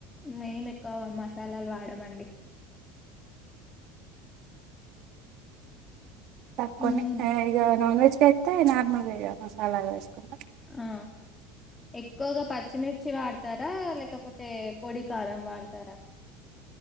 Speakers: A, on the left (about 15°); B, on the right (about 55°).
A: మేం ఎక్కువ మసాలాలు వాడామండి.
B: తక్కువ్నే.
A: మ్మ్,
B: ఆ ఇగ నాన్ వెజ్గాయితే నార్మల్గా ఇగా మసాలాల్ వేసుకుంటం.
A: ఆ ఎక్కువగా పచ్చిమిర్చి వాడతారా లేకపోతే పొడి కారం వాడతారా